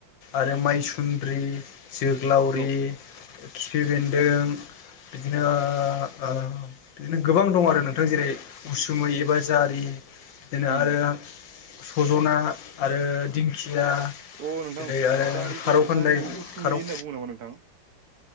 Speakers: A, on the left; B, on the right.
A: आरो माइसुन्द्रि, जोग्लावरि
B: औ
A: खिफि बेन्दों बिदिनो ओ बिदिनो गोबां दं आरो नोंथां जेरै उसुमै एबा जारि बिदिनो
B: उम
A: आरो सजना आरो दिंखिया
B: अ नोंथां
A: जेरै आरो
B: जारिखौ
A: खारौ खान्दाय
B: जारिखौ उसुमै
A: खारौ
B: होनना बुङो नामा नोंथां